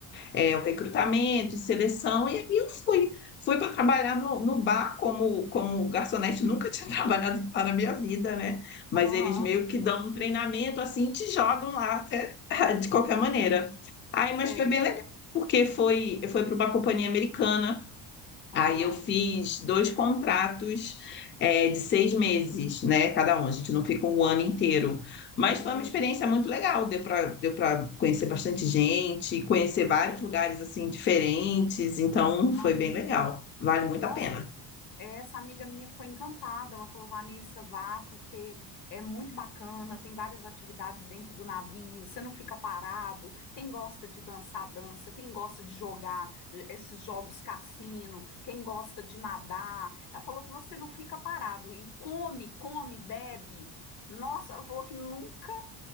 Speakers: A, on the left; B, on the left.
A: é, o recrutamento e seleção, e aí eu fui. Fui para trabalhar no, no bar como, como garçonete, nunca tinha <laughs> trabalhado em bar na minha vida, né? Mas
B: aham,
A: eles meio que dão um treinamento assim, te jogam lá é, <laughs> de qualquer maneira. Aí,
B: sei.
A: mas foi bem legal, porque foi, foi para uma companhia americana.
B: Aham,
A: Aí eu fiz dois contratos é, de seis meses, né? Cada um. A gente não fica um ano inteiro. Mas
B: entendi.
A: foi uma experiência muito legal. Deu para deu para conhecer bastante gente, conhecer vários lugares assim diferentes. Então foi
B: Ah,
A: bem legal. Vale muito
B: nossa,
A: a pena.
B: Essa amiga minha ficou encantada. Ela falou: Vanessa, vá, porque é muito bacana, tem várias atividades dentro do navio, você não fica parado. Quem gosta de dançar, dança. Quem gosta de jogar eh, esses jogos cassino, quem gosta de nadar. Ela falou que você não fica parado e come, come, bebe. Nossa, ela falou que nunca